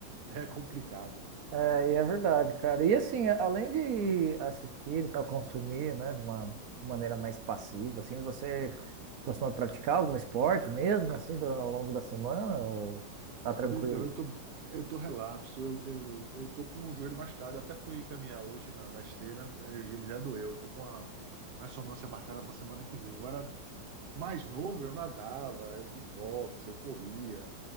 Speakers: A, on the right; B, on the right.
A: é, é complicada.
B: É, e é verdade, cara. E assim, além de assistir e tal, consumir, né, de uma maneira mais passiva, assim, você costuma praticar algum esporte mesmo, assim, do- ao longo da semana, ou tá tranquilo?
A: Então, eu tô, eu tô relapso, eu, eu, eu tô com um joelho machucado. Eu até fui caminhar hoje na, na esteira, eh, ele já doeu. Eu tô com a a ressonância marcada para semana que vem. Agora, Mais novo, eu nadava, eu fiz boxe, eu corria,